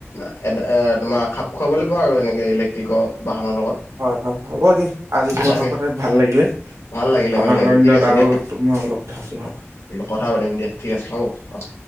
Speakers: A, on the left; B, on the right.
A: এ, তোমাৰ খাপ খুৱাব লাগিব আৰু এনেকৈ ইলেক্ট্ৰিকৰ বাহনৰ লগত।
B: হয় হয়। হ'ব দিয়া আজি তোমালোকৰ
A: তাকে
B: কথা ভাল লাগিলে।
A: ভাল লাগিলে
B: অনাগতৰ
A: ভাল লাগিলে
B: দিনত
A: ঠিক আছে
B: আৰু
A: দিয়া
B: তোমাৰ লগ ধৰি, হব।
A: কথা পাতিম দিয়া ঠিক আছে হ'ব। অ'